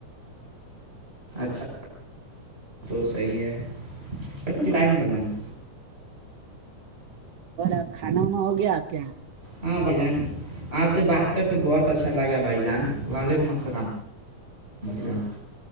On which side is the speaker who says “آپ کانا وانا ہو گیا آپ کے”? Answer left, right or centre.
Right